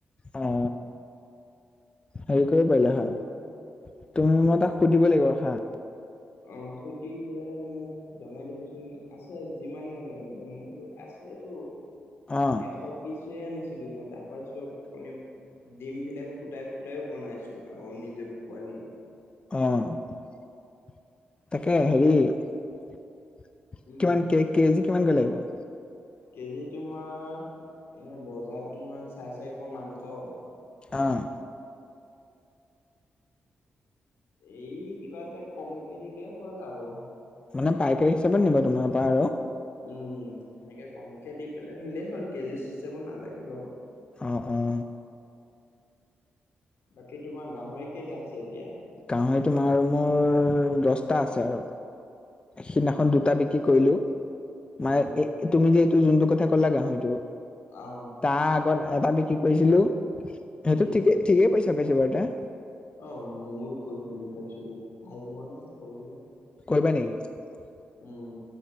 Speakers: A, on the left (about 25°); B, on the left (about 80°).
A: অ, হেৰি কৰিব পাৰিলা
B: তোমাৰ
A: হয়। তুমি মই তাক সুধিব লাগিব আৰু হা
B: অ, সুধি পেলাই মোক জনাই দিবচোন। আছে যিমান লাগে, মোৰ আছিলেটো
A: অ
B: এশ পিছ আনিছিলো, মই তাৰ পাছত কণি, ডিমবিলাক ফুটাই, ফুটাইও বনাইছো আৰু নিজে পোৱালি
A: অ'। তাকে
B: তাৰপিছত
A: হেৰি কিমান
B: উম
A: কে, কেজি কিমান লাগিব। <inaudible>
B: কেজি তোমাৰ এনে বজাৰত তোমাৰ চাৰি, চাৰিশ মাংস
A: অ'।
B: এই কিবা এটা কমকে নিলে হ'ল আৰু।
A: মানে পাইকাৰী হিচাপত নিব তোমাৰ পৰা আৰু।
B: উম, সেনেকে কমকে দি পেলাই নিলেই হ'ল। কেজি চিষ্টেমো নালাগে বাৰু।
A: অ', অ'।
B: বাকী তোমাৰ গাহৰি কেইটা আছে এতিয়া।
A: গাহৰি তোমাৰ মোৰ দছটা আছে আৰু। সিদিনাখন দুটা বিক্ৰী কৰিলো
B: উম
A: মানে এ, তুমি যে যোনটো কথা ক'লা হয়তটো
B: আহ
A: তাৰ আগত এটা বি, কি কৰিছিলো। সেইটো
B: উম
A: ঠিকেই,
B: উম
A: ঠিকেই পইচা পাইছো বাৰু তে।
B: অ, ময়ো কৰিম বুলি ভাবিছিলো ভাল হ'বনে কৰিলে।
A: কৰিবা নেকি,
B: উম,